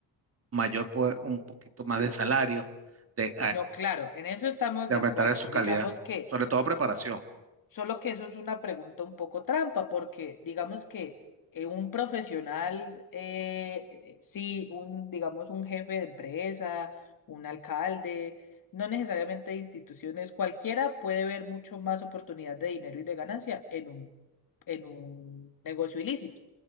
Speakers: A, on the right; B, on the left.
A: mayor, poder- un poquito más de salario de,
B: no, claro, en eso estamos
A: de
B: de
A: aumentarle
B: acuerdo.
A: su calidad,
B: Digamos que
A: sobre todo preparación.
B: Solo que eso es una pregunta un poco trampa, porque digamos que eh, un profesional, eh, eh, sí, un, digamos, un jefe de empresa, un alcalde, no necesariamente de instituciones, cualquiera puede ver mucho más oportunidad de dinero y de ganancia en un en un negocio ilícito.